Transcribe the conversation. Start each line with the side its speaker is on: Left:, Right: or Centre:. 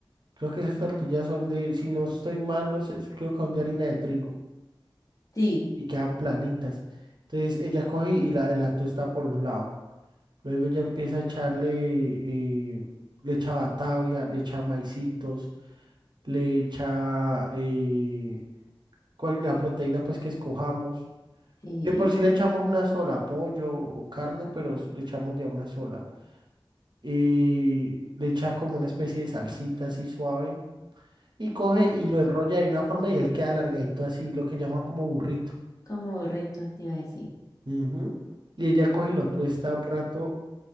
Right: Creo que esas
Left: Mm.
Right: tortillas son de, si no estoy mal, no sé, creo que son de harina de trigo
Left: Sí,
Right: y quedan planitas. Entonces ella coge y la, la tuesta por un lado. Luego ya empieza a echarle, eh, le echa batavia, le echa maicitos, le echa eh, cual- la proteína pues que escojamos.
Left: sí.
Right: De por sí le echamos una sola, pollo o carne, pero s- le echamos de a una sola. Y le echa como una especie de salsita así suave. Y coge y lo enrolla de una forma y él queda alargadito así, lo que llaman como burrito.
Left: Como reto te iba a decir.
Right: Ujú. Y ella coge y lo tuesta un rato,